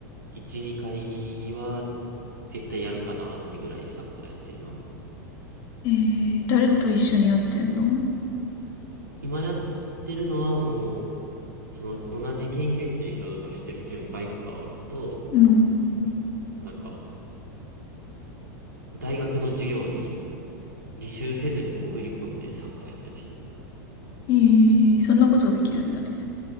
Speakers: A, on the right; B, on the left.
A: 1、2回は絶対やるかなってぐらいサッカーやってるな。
B: えー、誰と一緒にやってんの
A: 今やってるのはもう、その同じ研究室に所属してる先輩とかと、
B: うん。
A: なんか、大学の授業に履修せずに潜り込んでサッカーやったりしてる。
B: えー、そんなことできるんだね。